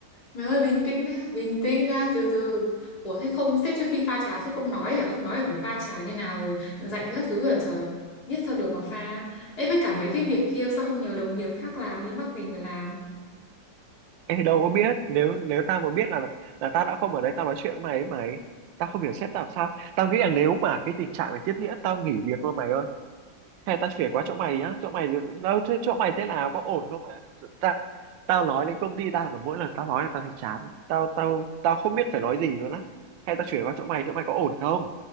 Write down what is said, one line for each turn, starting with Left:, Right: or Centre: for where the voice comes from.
Left: mày ơi bình tĩnh đã, bình tĩnh đã, từ từ. Ủa thế không, sếp trước khi pha trà sếp không nói à? Không nói là phải pha trà như nào rồi dạy các thứ à trời. Biết sao được mà pha. Ê với cả mấy cái việc kia sao không nhờ đồng nghiệp khác làm đi, mắc mình mà làm.
Right: em đâu có biết nếu nếu tao mà biết là là tao đã không ở đây tao nói chuyện với mày ấy mày tao không hiểu sếp tao làm sao tao nghĩ là nếu mà cái tình trạng này tiếp diễn tao nghỉ việc luôn mày ơi hay tao chuyển qua chỗ mày á chỗ mày đâu thế chỗ mày thế nào có ổn không mày? thật sự ta tao nói đến công ty tao là mỗi lần tao nói là tao thấy chán tao tao tao không biết phải nói gì nữa á hay tao chuyển qua chỗ mày chỗ mày có ổn không